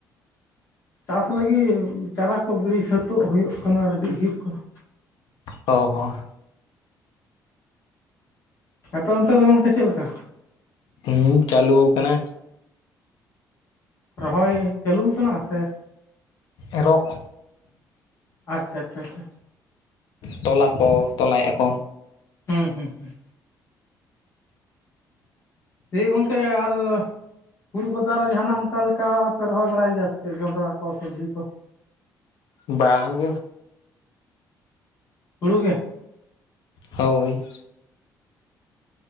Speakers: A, on the left; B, on the left.
A: ᱪᱟᱥ ᱞᱟᱹᱜᱤᱫ ᱪᱟᱨᱟ ᱠᱚ ᱜᱤᱲᱤ ᱥᱟᱹᱛᱟᱹᱜ ᱦᱩᱭᱩᱜ ᱠᱟᱱᱟ ᱨᱮᱰᱤ ᱦᱩᱭᱩᱜ ᱠᱟᱱᱟ᱾
B: ᱚ ᱦᱚᱸ
A: ᱟᱯᱮ ᱚᱱᱛᱮ ᱫᱚ ᱜᱚᱝᱠᱮ ᱪᱮᱫ ᱞᱮᱠᱟ?
B: ᱦᱮᱸ ᱪᱟᱹᱞᱩ ᱟᱠᱟᱱᱟ
A: ᱨᱚᱦᱚᱭ ᱪᱟᱹᱞᱩ ᱟᱠᱟᱱᱟ ᱥᱮ?
B: ᱮᱨᱚᱜ
A: ᱟᱪᱪᱷᱟ ᱟᱪᱪᱷᱟ ᱟᱪᱪᱷᱟ
B: ᱛᱚᱞᱟ ᱠᱚ ᱛᱚᱞᱟᱭᱮᱫᱼᱟ ᱠᱚ
A: ᱦᱩᱸ ᱦᱩᱸ ᱦᱩᱸ <unintelligible> ᱜᱚᱝᱠᱮ ᱟᱨ ᱦᱩᱲᱩ ᱵᱟᱫᱷᱟ ᱨᱮ ᱡᱟᱦᱟᱱᱟᱜ ᱚᱱᱠᱟ ᱞᱮᱠᱟ ᱯᱮ ᱨᱚᱦᱚᱭ ᱵᱟᱲᱟᱭ ᱜᱮᱭᱟ ᱥᱮ ᱪᱮᱫ ᱡᱚᱱᱰᱨᱟ ᱠᱚ ᱥᱚᱵᱽᱡᱤ ᱠᱚ?
B: ᱵᱟᱝ ᱜᱮ
A: ᱦᱩᱲᱩ ᱜᱮ
B: ᱦᱳᱭ